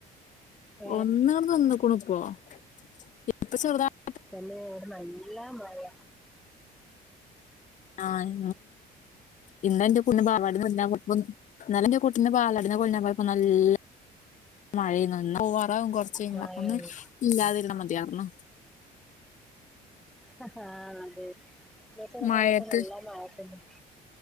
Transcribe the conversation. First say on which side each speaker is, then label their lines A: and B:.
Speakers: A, in the centre; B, on the left.
A: ഏ
B: ഒന്ന് പ്പം നിന്ന്ക്ണ് പ്പം <unintelligible>
A: പിന്നെ എവിടെ നല്ലാമഴയ
B: ആഹ് എന്താ എന്റെ കുന്റെ പാവാടന്ന് വല്ലാ കുറപ്പൊന്നും എന്നാല എന്റെ കുട്ടിബാലടിന് കൊണ്ട്പോയ പ്പം നല്ല മഴന്ന വറവും കൊറച്ച കഴ
A: മഴയാണ്
B: അപ്പൊ ഒന്ന് ഇല്ലാതില്ല മതിയാന്നോ
A: ഹ അതെ വ ത
B: മഴയത്ത്
A: നല്ലാ മായ പിന്നെ